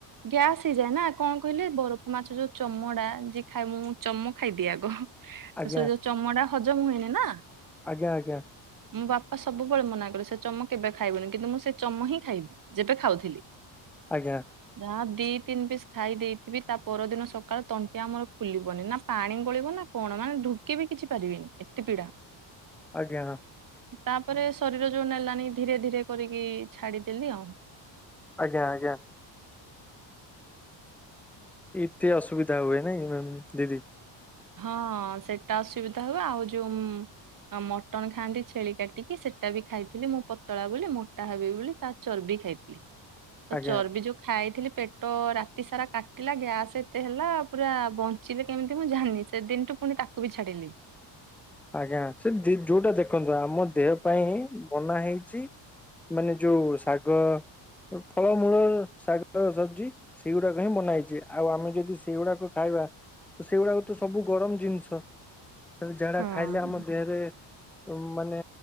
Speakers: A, on the right (about 40°); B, in the centre.
A: ଗ୍ୟାସ୍ ହେଇଯାଏ ନା କଣ କହିଲେ ବରଫ ମାଛ ଯୋଉ ଚମଡା ଯିଏ ଖାଇ ମୁଁଁ ଚମ ଖାଇଦିଏ ଆଗ। ସ
B: ଆଜ୍ଞା
A: ଯୋଉ ଚମଡା ହଜମ ହୁଏନି ନା?
B: ଆଜ୍ଞା ଆଜ୍ଞା
A: ମୋ ବାପା ସବୁବେଳେ ମନା କ ସେ ଚମ କେବେ ଖାଇବୁନି କିନ୍ତୁ ମୁଁ ସେ ଚମ ହିଁ ଖାଇବି ଯେବେ ଖାଉଥିଲି।
B: ଆଜ୍ଞା।
A: ଯା ଦି ତିନି ପିସ୍ ଖାଇ ଦେଇଥିବି ତା ପରଦିନ ସକାଳ ତଣ୍ଟି ଆମର ଫୁଲିବନି ନା ପାଣି ଗଳିବ ନା କଣ ମାନେ ଢୁକି ବି କିଛି ପାରିବିନି ଏତେ ପୀଡା।
B: ଆଜ୍ଞା।
A: ତାପରେ ଶରୀର ଯୋଉ ନେଲନି ଧୀରେ ଧୀରେ କରିକି ଛାଡିଦେଲି ଆଉ
B: ଆଜ୍ଞା ଆଜ୍ଞା। ଏତେ ଅସୁବିଧା ହୁଏ ନାଇଁ ମାମ ଦିଦି?
A: ହଁ ସେଇଟା ଅସୁବିଧା ହୁଏ ଆଉ ଯୋଉ ଆ ମଟନ ଖାଆନ୍ତି ଛେଳି କାଟିକି ସେଇଟା ବି ଖାଇଥିଲି ମୁଁ ପତଳା ବୋଲି ମୋଟା ହେବି ବୋଲି ତା ଚର୍ବି ଖାଇଥିଲି ତ
B: ଆଜ୍ଞା
A: ଚର୍ବି ଯୋଉ ଖାଇଥିଲି ପେଟ ରାତି ସାରା କାଟିଲା ଗ୍ୟାସ୍ ଏତେ ହେଲା ପୁରା ବଞ୍ଚିଲି କେମିତି ମୁଁ ଜାନନି ସେ ଦିନୁଠୁ ପୁଣି ତାକୁ ବି ଛାଡିଲି।
B: ଆଜ୍ଞା ସେ ଯୋଉଟା ଦେଖନ୍ତୁ ଆମ ଦେହ ପାଇଁ ହିଁ ବନା ହେଇଛି ମାନେ ଯୋଉ ଶାଗ ଫଳମୂଳ ଶାଗ ସବଜି ସେଇଗୁଡାକ ହିଁ ବନାହେଇଛି ଆଉ ଆମେ ଯଦି ସେଇଗୁଡାକ ଖାଇବା ସେଏ ଗୁଡାକ ତ ସବୁ ଗରମ ଜିନିଷ। ଯାହା
A: ହଁ।
B: ଖାଇଲେ ଆମ ଦେହରେ ମାନେ